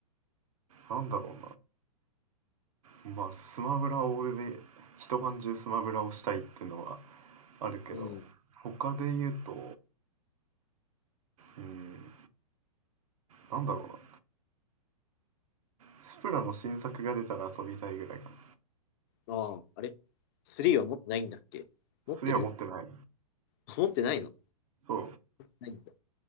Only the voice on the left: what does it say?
うん。
ああ、あれ ?3 は持ってないんだっけ持ってる
あ持ってないの
ないんだ。